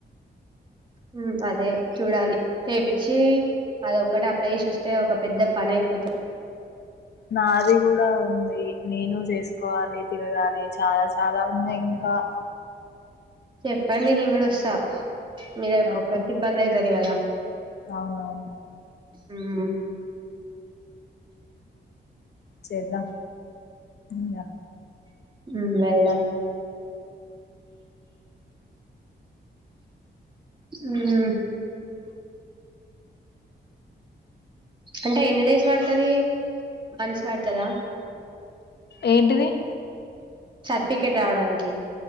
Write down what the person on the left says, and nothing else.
నాది కూడా ఉంది నేను చేసుకోవాలి తిరగాలి చాలా చాలా ఉన్నాయి ఇం కా
ఓకే
అవునవును
చేద్దాం ఇక
ఏంటిది